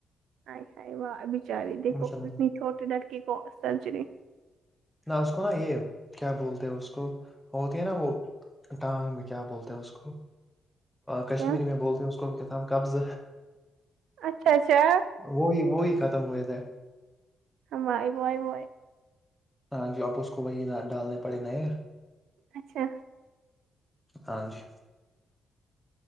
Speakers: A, on the right; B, in the centre.
A: ہائے ہائے وہ بچاری دیکھو
B: مجھے لگا
A: اتنی چھوٹی لڑکی کو سرجری
B: نہ اس کو نا یہ کیا بولتے ہیں اس کو ہوتی ہے نا وہ ٹانگ میں کیا بولتے ہیں اس کو کشمیری
A: کیا
B: میں بولتے اس کو کیا تھا قبض
A: اچھا اچھا
B: وہی وہی ختم ہوئے تھے
A: ہم آب آب آ
B: ہاں جی اب اس کو وہی ڈالنے پڑے نئے
A: اچھا
B: ہاں جی